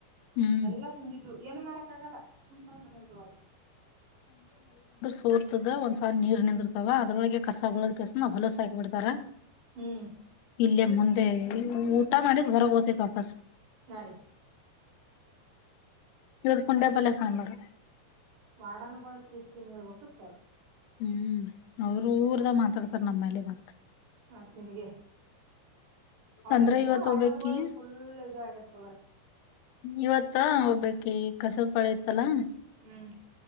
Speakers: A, on the left; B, on the right.
A: ಹ್ಮ್
B: ಎಲ್ಲ ತಿಂದಿದ್ದು ಏನು ಮಾಡಕ್ಕ ಆಗಲ್ಲ ಸುಮ್ಮ ತಂದ ಮನ್ಯಾಗ್ ಇಟ್ಕೊಳೋದು
A: ಸೊರ್ತದ ಒಂದ್ಸವ ನೀರ್ ನಿಂದಿರ್ತವ ಅದ್ರೊಳಗೆ ಕಸ ಬಳೋದ್ ಕಾಸೆಂದು ಹೊಲಸ ಹಾಕಿ ಬಿಡ್ತಾರ
B: ಹ್ಮ್
A: ಇಲ್ಲೇ ಮುಂದೆ ಊಟ ಮಾಡಿದ್ ಹೊರಗೆ ಹೋದೆ ವಾಪಸ್
B: ನಡಿ
A: ಇವತ್ತು ಕುುಂಡೆಪಲ್ಲ ಸಾಂಬಾರು
B: ವಾರ್ಡನ್ ಗೋಳ ಸಿಸ್ಟಮ್ ಇರ್ಬೇಕು ಚಲೋ
A: ಹ್ಮ್ ಅವರು ಊರ್ದ ಮಾತಾಡ್ತಾರ ನಮ್ಮೇಲೆ ಮತ್ತ್
B: ಮತ್ ನಿಮಗೆ ಅವರು
A: ಅಂದ್ರ
B: ಹೆಂಗಿದರು
A: ಇವತ್
B: ವಾಡನ್ಗಳ
A: ಒಬ್ಬಕಿ
B: ಫುಲ್ ಇದ ಆಗ್ಯಾದ
A: ಇವತ್ತ ಒಬ್ಬಕೀ ಕಸದ ಪಾಳೆ ಇತ್ತಲಾ
B: ಹ್ಮ್